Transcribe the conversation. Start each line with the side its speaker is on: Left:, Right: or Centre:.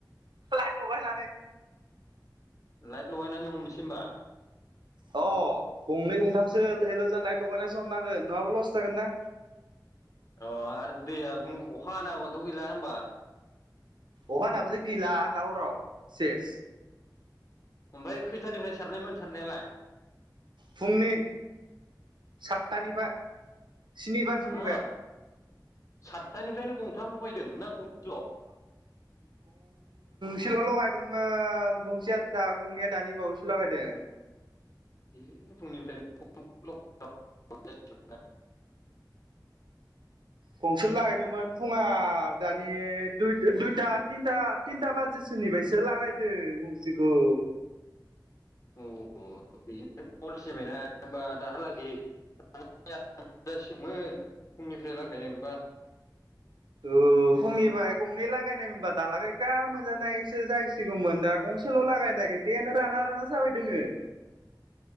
Right: लाइट लगायनानै
Left: लाइट लगायनानै हमनोसै होमबा
Right: अ गंनै गंथामसो हेल'जोन लाइथ लगायनानैसो हमनांगोन नङाबा लस जागोन ना
Left: अ आरो दैया अखा हाना होब्लााथ' गैला होनबा
Right: अखाहा नाबोथ' गैला दावराव सेस
Left: ओमफ्राय खैथानिफ्राय सारनायमोन सारनायालाय
Right: फुंनि सातथानिफ्राय स्नि बाजिनिफ्राय
Left: हाब सातथानिफ्रायनो गंथाम लगायदों ना गंसेल'
Right: सिल' लगायदोंमोन गंसे आ दा गंनैया दानि बावैसो लगायदों
Left: बे फुंनिफ्रायनो <unintelligible>
Right: गंसेल लाहैदोंमोन फुङाव दानि दुइ दुइथा थिन्था थिन्था बाजिसो -सोनिफ्रायसो लागायदों गंसेखौ
Left: <inaudible> औ ब <unintelligible> फलसि जाबायना होनबा दाहालागै जासिगौमोन फुंनिफ्राय लागायनायबा
Right: औ फुंनिफ्राय गंनै लागायनायमोनबा दालागैगा मोनजानायसो जाहैसिगौमोन दा गं गंसेल' लागायनो नागिरो दैयानो राना राना जाबाय दोङो